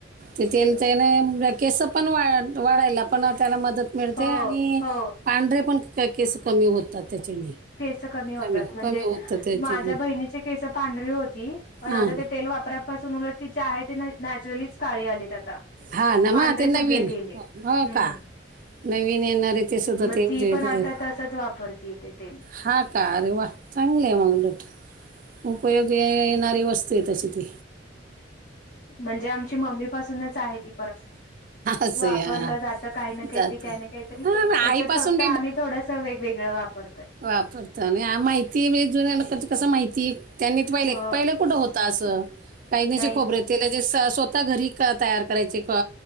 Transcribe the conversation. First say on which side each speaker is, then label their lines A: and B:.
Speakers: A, on the right; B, on the left.
A: तेथ त्याने केसं पण वा वाढायला पण त्याला मदत मिळते
B: हो
A: आणि
B: हो
A: पांढरे पण केस कमी होतात त्याच्याने
B: होत
A: कमी
B: म्हणजे
A: कमी होतात त्याच्याने
B: माझ्या बहिणीची केस पांढरी पण
A: हां
B: आता ते तेल वापरापासून उलट त जे आहे ते नॅचरलीच काळी आलीत आता
A: हा ना
B: पांढरे
A: म ते
B: सगळे
A: नवीन
B: गेले
A: हो
B: हम्म
A: का नवीन येणारे ते सुद्धा
B: मग
A: ते
B: ती
A: जे येत
B: पण आता
A: आहे
B: त तंच वापरतीय तेे तेल
A: हा कार रे वा चांगले आहे म्हगलोत उपयोग येणारी वस्तू आहे तशी ती
B: म्हणजे आमची मम्मीपासूनच आहे ती
A: असं
B: वापरलं
A: आहे, हा
B: जात काही काहीतरी
A: जात
B: काही ना काहीतरी
A: हा मग आईपासून
B: त्याच्यात फक्त आम्ही थोडसं वे वेगळं वापरतयात
A: वापरता आणि माहिती म्हणजे जुन्या ल कस माहिती त्यांनी पहिले
B: हो
A: पहिलं कुठं होता असं काहीनी
B: नाही
A: ज खोबरे
B: नाही
A: े स्वतः घरी तयार करायचे